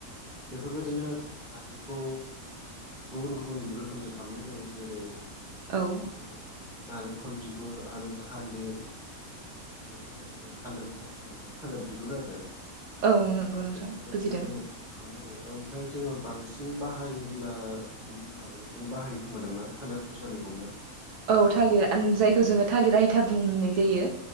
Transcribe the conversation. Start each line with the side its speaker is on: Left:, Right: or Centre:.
Centre: बेफोरबायदिनो खारैखौ गुबुन गुबुन रोखोमजों खामनाय जायो जेरै
Right: औ
Centre: ओ नालेंखर बिगुर आरो थालिर बेफोरो ओ थालिर फस्ला माने थालिर बिगुर आरो।
Right: औ नंगौ नोंथां
Centre: बेफोरबायदिजों
Right: बुजिदों
Centre: खामनाय जायो ओमफ्राय जोङो बांसिन बाहायोब्ला बिनि माबानिखौनो बाहायो खोमादांना थालिर फस्लानिखौनो?
Right: औ थालिर आन जायखौ जोङो थालिर आयथा बुंनाय जायो।